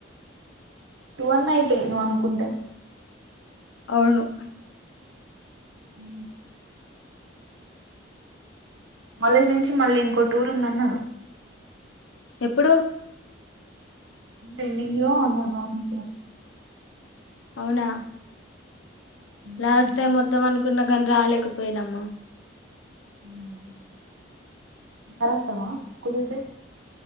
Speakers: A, on the right; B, on the left.
A: టూ అన్ అయితే నువ్వు అనుకుంటే
B: అవును
A: ఉ కాలేజ్ నుంచి మళ్ళీ ఇంకో టూర్ ఉందన్నరు
B: ఎప్పుడు
A: ఎండింగ్లో అన్నరు బాగుంది సార్
B: అవునా
A: అలాగే
B: లాస్ట్
A: మన
B: టైమ్
A: క్లాస్
B: మొత్తం అనుకున్నా కానీ రాలేదు పోయినమ్మా
A: హమ్ కావస్తవా కుదితే